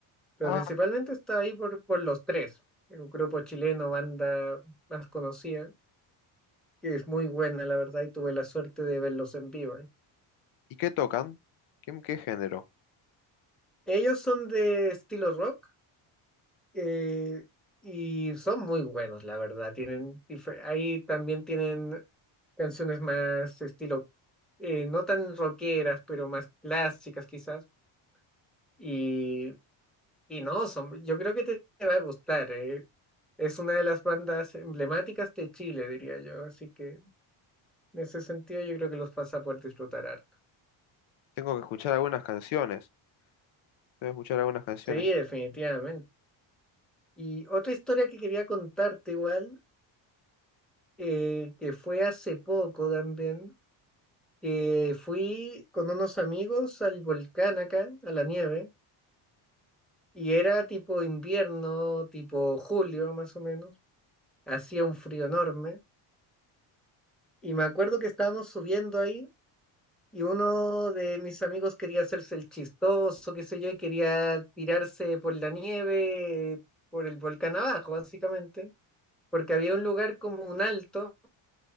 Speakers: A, in the centre; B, on the left.
A: Pero
B: Ah,
A: principalmente estaba ahí por, por los tres, un grupo chileno, banda más conocida. que es muy buena, la verdad, y tuve la suerte de verlos en vivo. ¿eh?
B: ¿y qué tocan? ¿Qué, qué género?
A: Ellos son de estilo rock eh, y son muy buenos, la verdad. Tienen, dife- ahí también tienen canciones más estilo, eh, no tan rockeras, pero más clásicas quizás. Y, y no, son, yo creo que te, te va a gustar. eh. Es una de las bandas emblemáticas de Chile, diría yo. Así que en ese sentido yo creo que los vas a poder disfrutar harto.
B: Tengo que escuchar algunas canciones. Tengo que escuchar algunas canciones.
A: Sí, definitivamente. Y otra historia que quería contarte igual, eh, que fue hace poco también, que fui con unos amigos al volcán acá, a la nieve, y era tipo invierno, tipo julio más o menos, hacía un frío enorme, y me acuerdo que estábamos subiendo ahí, y uno de mis amigos quería hacerse el chistoso, qué sé yo, y quería tirarse por la nieve, por el volcán abajo, básicamente, porque había un lugar como un alto